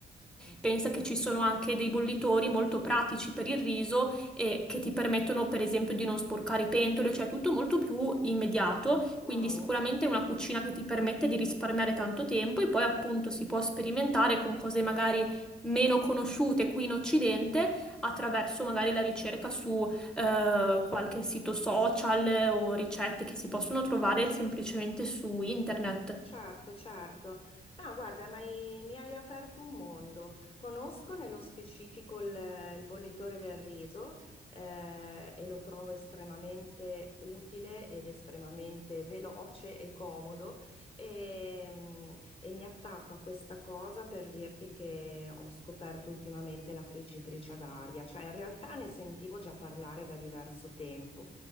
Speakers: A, on the left; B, in the centre.
A: mm,
B: Pensa che ci sono anche dei bollitori molto pratici per il riso e che ti permettono, per esempio, di non sporcare pentole, cioè tutto molto più immediato.
A: Wow,
B: Quindi sicuramente è una cucina che ti permette di risparmiare tanto tempo e poi appunto si può sperimentare con cose magari meno conosciute qui in Occidente attraverso magari la ricerca su eh, qualche sito social o ricette che si possono trovare semplicemente su internet.
A: certo, certo. No, guarda, ma i- mi hai aperto un mondo. Conosco nello specifico il, il bollitore del riso eh, e lo trovo estremamente utile ed estremamente veloce e comodo e, mm, e mi attacco a questa cosa per dirti che ho scoperto ultimamente la friggitrice ad aria, cioè in realtà ne sentivo già parlare da diverso tempo.